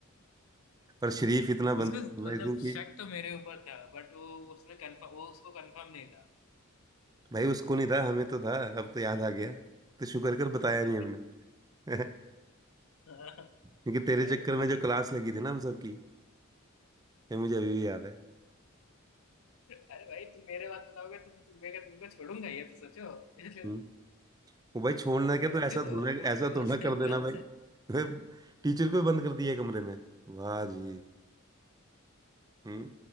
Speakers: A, on the right; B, on the left.
A: पर शरीफ इतना बंदा
B: उसको
A: था भाई
B: मतलब
A: क्योंकि
B: शक तो मेरे ऊपर था बट वो उसने कंफर्म वो उसको कंफर्म नहीं था
A: भाई उसको नहीं था हमें तो था अब तो याद आ गया तो शुक्र कर बताया
B: <laughs>
A: नहीं हमने <laughs>
B: हाँ,
A: क्योंकि तेरे
B: अरे
A: चक्कर
B: भाई
A: में जो क्लास लगी थी ना हम सबकी ये मुझे अभी भी याद है
B: अरे भाई तुम मेरे बात बताओगे तो मैं तुम्हें का तुमको छोड़ूंगा ये तो सोचो <laughs> इसलिए
A: हम्म। वो भाई छोड़ना क्या
B: तुम
A: तो ऐसा
B: भी तो
A: थोड़ा
B: हो, तुम्हारे
A: ऐसा
B: भी बहुत
A: थोड़ा
B: सारे
A: कर देना
B: प्लान्स
A: भाई
B: है
A: भाई टीचर को ही बंद कर दिया कमरे में वाह जी हम्म